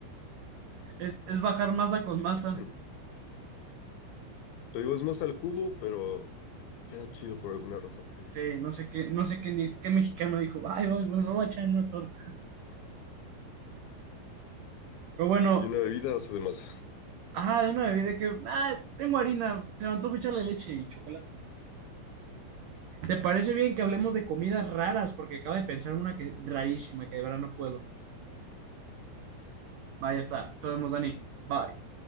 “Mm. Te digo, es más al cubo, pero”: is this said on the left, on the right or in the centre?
Left